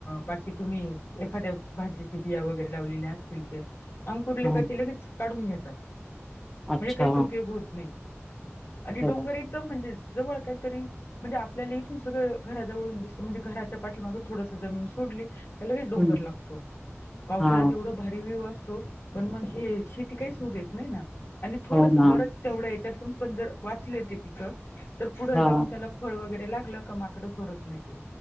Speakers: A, on the left (about 55°); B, in the centre.
A: बाकी तुम्ही एखाद्या भाजीची बिया वगैरे लावलेल्या असतील ते अंकुरले
B: हा
A: का ते लगेच काढून घेतात..
B: अच्छा
A: म्हणजे काहीच उपयोग होत नाही.. आणि
B: बघा
A: डोंगरीत म्हणजे जवळ काहीतरी म्हणजे आपल्याला इथून सगळं घराजवळून दिसत म्हणजे घराच्या पाठीमाग थोडस जमीन सोडली की लगे डोंगर
B: हम्म
A: लागतो.. पावसाळ्यात
B: हा
A: एवढं भारी व्यू असतो.. पण मग हे शेती काहीच होऊ देत नाही ना आणि थोडस
B: हो ना
A: बरं तेवढ्या याच्यातून पण जर वाचले ते पिकं तर पुढं
B: हा
A: जाऊन त्याला फळ वगैरे लागलं का माकडं सोडत नाही ते